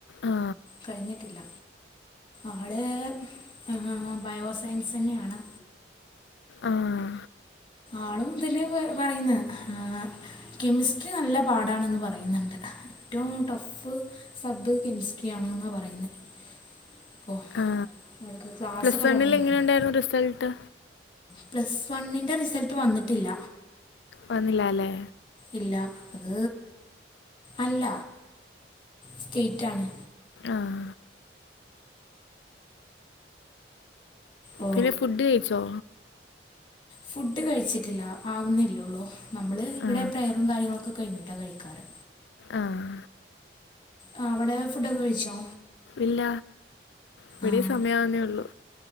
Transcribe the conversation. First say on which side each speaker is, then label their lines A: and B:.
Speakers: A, on the left (about 70°); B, on the left (about 25°).
A: ആ
B: കഴിഞ്ഞിട്ടില്ല ആള് ഏ ബയോസയൻസ് തന്നെയാണ്
A: ആഹ്
B: ആളും ഇത് തന്നെയ പറയുന്ന ആഹ് കെമിസ്ട്രി നല്ല പാടാണന്ന് പറയുന്നുണ്ട് ഏറ്റവും ടഫ് സബ് കെമിസ്ട്രി ആണെന്ന പറയുന്ന അപ്പോ
A: ആ
B: അവിടക്ക് ക്ലാസ്സൊക്കെ
A: പ്ലസ് വണ്ണിൽ
B: തുടങ്ങിയിട്ടുണ്ട്
A: എങ്ങനെ റിസൾട്ട്
B: പ്ലസ് വണ്ണിന്റെ റിസൾട്ട് വന്നിട്ടില്ല
A: വന്നില്ലാല്ലേ
B: ഇല്ല അത് അല്ല സ്റ്റേറ്റാണ്
A: ആഹ്
B: ഓ
A: പിന്നെ ഫുഡ് കഴിച്ചോ
B: ഫുഡ് കഴിച്ചിട്ടില്ല ആവുന്നല്ലേ ഒള്ളൂ നമ്മള് ഇവിടെ
A: ആ
B: പ്രയറും കാര്യങ്ങളൊക്കെ കഴിഞ്ഞിട്ടാ കഴിക്കാറ്
A: ആഹ്
B: ആഹ് അവിടെ ഫുഡൊക്കെ കഴിച്ചോ
A: ഇല്ല ഇവിടേം
B: ആ
A: സമയാവുന്നേ ഒള്ളൂ